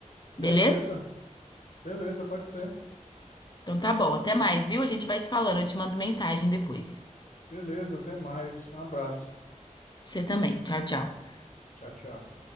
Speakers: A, on the left; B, on the left.
A: Beleza?
B: Beleza, beleza, pode ser.
A: Então tá bom, até mais, viu? A gente vai se falando, eu te mando mensagem depois.
B: Beleza, até mais. Um abraço.
A: Você também. Tchau, tchau.
B: Tchau, tchau.